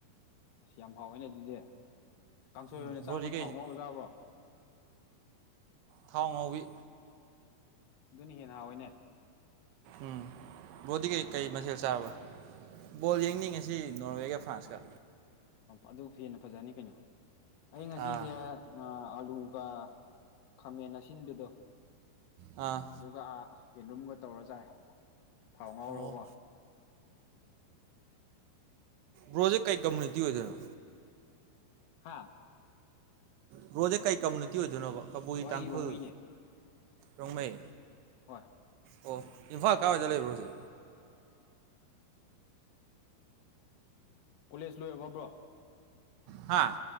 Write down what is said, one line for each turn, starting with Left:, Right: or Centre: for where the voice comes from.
Left: ꯑꯁ ꯌꯥꯝ ꯍꯥꯎꯋꯦꯅꯦ ꯑꯗꯨꯗꯤ ꯀꯥꯡꯁꯣꯏ
Right: ꯎꯝ
Left: ꯑꯣꯏꯅ
Right: ꯕ꯭ꯔꯣꯗꯤ
Left: ꯆꯥꯕ
Right: ꯀꯩ
Left: ꯊꯥꯎ ꯉꯧꯔ ꯆꯥꯕ꯭ꯔꯣ
Right: ꯊꯥꯎꯟꯥꯎꯕꯤ
Left: ꯑꯁ ꯑꯗꯨꯅ ꯍꯦꯟꯅ ꯍꯥꯎꯋꯏꯅꯦ
Right: ꯎꯝ ꯣꯗꯤ ꯀꯩ ꯀꯩ ꯃꯁꯦꯜ ꯁꯥꯕ ꯕꯣꯜ ꯌꯦꯡꯅꯤꯡꯉꯤꯁꯤ ꯅꯣꯔꯋꯦꯒ ꯐ꯭ꯔꯥꯟꯁꯀ
Left: ꯑꯗꯨ ꯍꯦꯟꯅ ꯐꯖꯅꯤ ꯀꯩꯅꯣ ꯑꯩ ꯉꯁꯤꯁꯦ
Right: ꯑꯥ
Left: ꯑꯂꯨꯒ ꯈꯥꯃꯦꯟ ꯑꯁꯤꯗꯨꯗꯣ
Right: ꯑꯥ
Left: ꯑꯗꯨꯒ ꯌꯦꯟꯂꯨꯝꯒ ꯇꯧꯔ ꯆꯥꯏ ꯊꯥꯎ ꯉꯥꯎꯔꯒꯀ
Right: ꯑꯣ ꯭ꯔꯣꯗꯤ ꯀꯩ ꯀꯝꯃꯨꯅꯤꯇꯤ ꯑꯣꯏꯗꯅ
Left: ꯍꯥꯥ
Right: ꯕꯔꯣꯁꯦ ꯀꯩ ꯀꯝꯃꯨꯅꯤꯇꯤ ꯑꯣꯏꯗꯣꯏꯅꯣꯕ ꯀꯕꯨꯏ
Left: ꯑꯣ
Right: ꯇꯥꯡꯈꯨꯜ
Left: ꯑꯩ ꯔꯣꯡꯃꯩꯅꯦ
Right: ꯔꯣꯡꯃꯩ
Left: ꯍꯣꯏ
Right: ꯑꯣ ꯏꯝꯐꯥꯜ ꯀꯥꯏꯏꯗ ꯂꯩꯕ꯭ꯔꯣꯁꯦ
Left: ꯀꯣꯂꯦꯖ ꯂꯣꯏꯔꯕꯕ꯭ꯔꯣ
Right: ꯍꯥꯥ